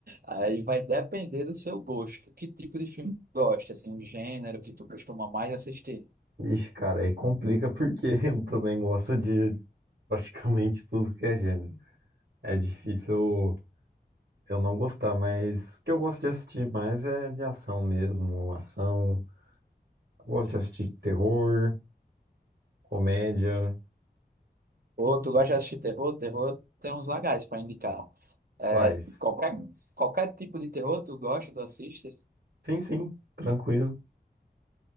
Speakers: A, on the right; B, on the right.
A: aí vai depender do seu gosto. Que tipo de filme tu gosta? Assim, o gênero que tu costuma mais assistir?
B: Ixi, cara, aí complica porque <laughs> eu também gosto de praticamente tudo que é gênero. É difícil eu não gostar, mas o que eu gosto de assistir mais é de ação mesmo, ação. Eu gosto de assistir terror, comédia.
A: Ou tu gosta de assistir terror? Terror tem uns legais para indicar.
B: Quais?
A: É, qualquer, qualquer tipo de terror tu gosta, tu assiste?
B: Sim, sim, tranquilo.